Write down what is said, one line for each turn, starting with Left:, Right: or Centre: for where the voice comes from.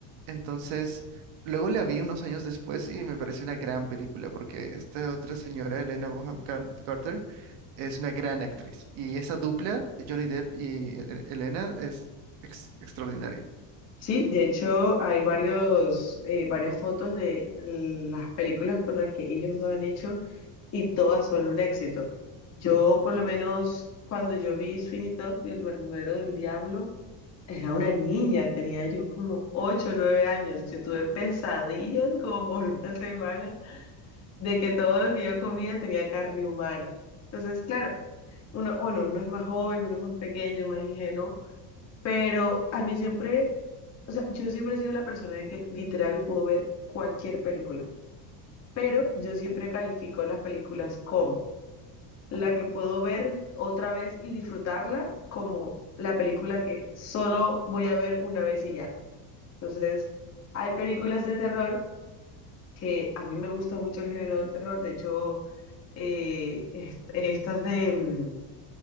Right: Entonces, luego la vi unos años después y me pareció una gran película, porque esta otra señora, Elena Bonham Car- Carter, es una gran actriz. Y esa dupla, Johnny Depp y eh, Elena, es ex- extraordinaria.
Left: sí, de hecho hay varios, eh, varias fotos de las películas con las que ellos dos han hecho y todas son un éxito. Yo por lo menos cuando yo vi Sweeney Todd y El Barbero del Diablo, Era una niña, tenía yo como 8 o 9 años. Yo tuve pesadillas como por una semana de que todo lo que yo comía tenía carne humana. Entonces, claro, uno, bueno, uno es más joven, uno es más pequeño, más ingenuo, pero a mí siempre, o sea, yo siempre he sido la persona de que literal puedo ver cualquier película, pero yo siempre califico las películas como la que puedo ver otra vez y disfrutarla, como la película que solo voy a ver una vez y ya. Entonces, hay películas de terror que a mí me gusta mucho el género del terror. De hecho, eh, est- estas de, mm,